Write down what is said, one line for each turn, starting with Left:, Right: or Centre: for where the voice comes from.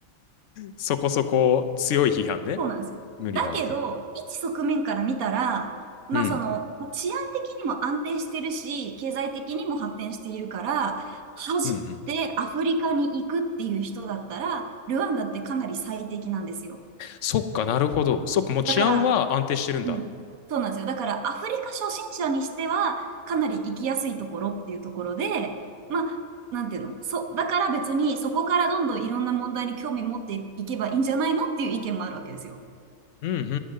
Left: そこそこ強い批判ね。
Right: そうなんですよ。
Left: 無理だわと。
Right: だけど、一側面から見たら、まあその、
Left: うん。
Right: まあ治安的にも安定してるし、経済的にも発展しているから、初めてアフリカに行くっていう人だったら、
Left: うんうん。
Right: ルワンダってかなり最適なんですよ。
Left: そっかなるほど。そっかもう治安は安定してるんだ。
Right: だから、うん、そうなんですよ。だからアフリカ初心者にしては、かなり行きやすいところっていうところで、まあ、なんていうの、そ、だから別にそこからどんどんいろんな問題に興味持っていけばいいんじゃないのっていう意見もあるわけですよ。
Left: うんうんう